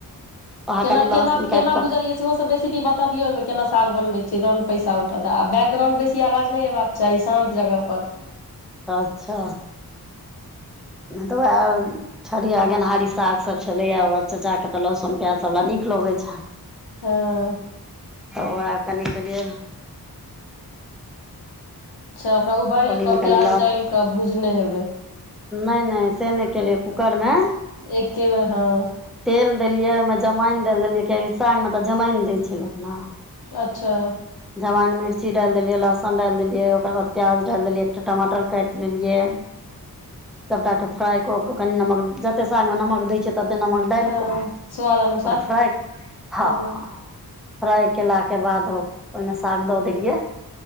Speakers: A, in the centre; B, on the left (about 75°).
A: वएह
B: केना
A: कनि
B: केना
A: लहसुन
B: केना
A: काटि कऽ
B: बुझलिय। सेहो सब रेसपी बतबियो ओइ मे केनाा साग बनबैय छीय तहन पैसा उठत आ बैकग्राउंड बेसी अवाज नहि एबाक। चाही शानत जगह पर।
A: अच्छा हेतौ ऐल। ठरिया गेनहारी साग सभ छलैया ओ चच्चा के तऽ लहसुन प्याज सभ बला नीक लगै छैन।
B: हं।
A: तऽ ओएह कनि के लेल।
B: अच्छाओकरा उबालि
A: ओहीमे
B: कऽ
A: कनि
B: प्याज डालि कऽ भुजने हेबै।
A: नई नइ से नहि केलियै कुकर मे।
B: एके बेर हं।
A: तेल देलियै ओहि मे जमाइन डायल देलियै किया कि साग मे तऽ जमाइन दै छै लोक न।
B: अच्छा।
A: जमइन मिर्ची डालि देलियै लहसन डालि देलियै ओकर बाद प्याज डालि देलियै एकटा टमाटर काटि लेलियै। सबटा के फ्राई क कऽ कनि नमक जते साग मे नमक दय छै तते नमक। डालि
B: हँ
A: कऽ ओकरा
B: स्वाद अनुसार
A: फ्राइ हं।
B: हँ
A: फ्राई केला के बाद ओहि मे साग दऽ देलियै